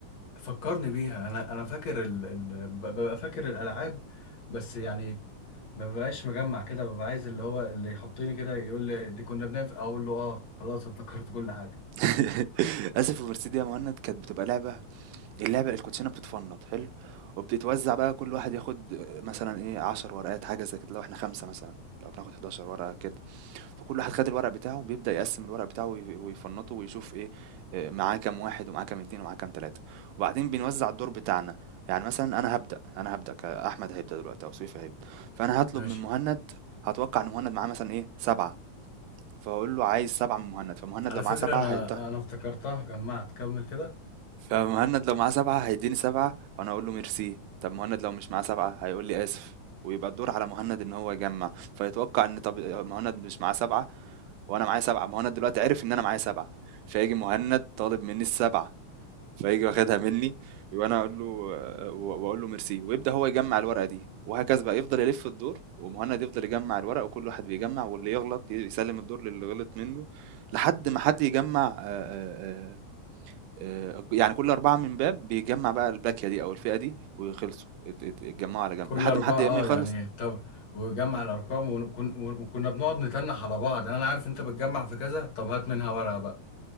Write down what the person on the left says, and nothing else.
فكرني بيها انا انا فاكر ال... ال... ب- ببقى فاكر الالعاب بس يعني ما ببقاش مجمع كده ببقى عايز اللي هو اللي يحطني كده يقول لي دي كنا بنعمل في- اقول له اه خلاص افتكرت كل حاجه
ماشي
على
فكرة
انا
انا افتكرتها جمعت كمل كده
كل
اربعه
اه
يعني طب وجمع الارقام وكن وكنا بنقعد نتنح على بعض يعني انا عارف انت بتجمع في كذا طب هات منها ورقه بقى